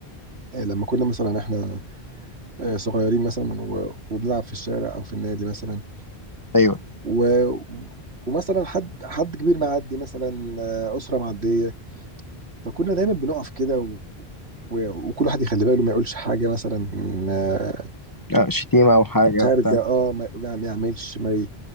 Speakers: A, on the right (about 85°); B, on the left (about 20°).
A: آه لما كنا مثلا احنا آه صغيرين مثلا و- وبنلعب في الشارع او في النادي مثلا
B: ايوه
A: و ومثلا حد حد كبير معدي مثلا آه اسره معديه فكنا دايما بنقف كده و... و- وكل واحد يخلي باله ما يقولش حاجه مثلا آه،
B: آه، شتيمة او حاجة
A: خارجه
B: بتاع
A: اه ما ما- ما يعملش ما ي...